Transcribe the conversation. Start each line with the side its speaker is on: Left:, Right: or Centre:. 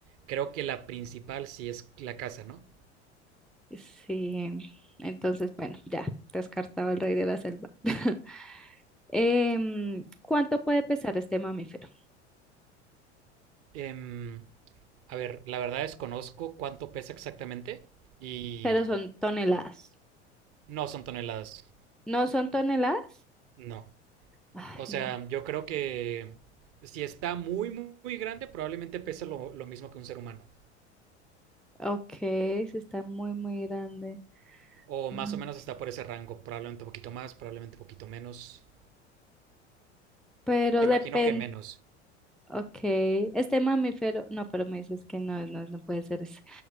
Right: creo que la principal sí es la caza, ¿no?
Centre: sí, entonces, bueno, ya, descartado el rey de la selva. <laughs> Em, ¿cuánto puede pesar este mamífero?
Right: Em, a ver, la verdad desconozco cuánto pesa exactamente y
Centre: Pero son toneladas.
Right: no son toneladas.
Centre: ¿No son toneladas?
Right: No.
Centre: Ay,
Right: O sea,
Centre: no.
Right: yo creo que si está muy, muy, muy grande, probablemente pese lo, lo mismo que un ser humano.
Centre: Ok, sí está muy, muy grande.
Right: O
Centre: Mm.
Right: más o menos está por ese rango. Probablemente un poquito más, probablemente un poquito menos.
Centre: Pero
Right: Me imagino
Centre: depende.
Right: que menos.
Centre: Ok, este mamífero. No, pero me dices que no, no, no puede ser ese.